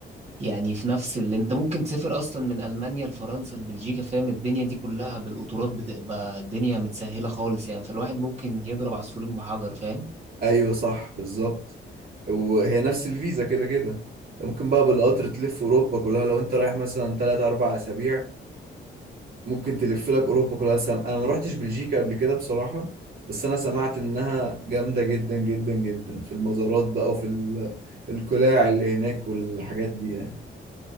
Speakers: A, on the right; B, on the right.
A: يعني في نفس اللي انت ممكن تسافر اصلا من ألمانيا لفرنسا لبلجيكا فاهم الدنيا دي كلها بالقطارات بتبقى الدنيا متسهلة خالص يعني فالواحد ممكن يضرب عصفورين بحجر فاهم
B: ايوه صح بالظبط وهي نفس الفيزا كده كده انت ممكن بقى بالقطر تلف اوروبا كلها لو انت رايح مثلا 3 4 اسابيع ممكن تلف لك اوروبا كلها سم... انا ما رحتش بلجيكا قبل كده بصراحة بس انا سمعت انها جامدة جدا جدا جدا في المزارات بقى وفي ال... القلاع اللي هناك والحاجات دي يعني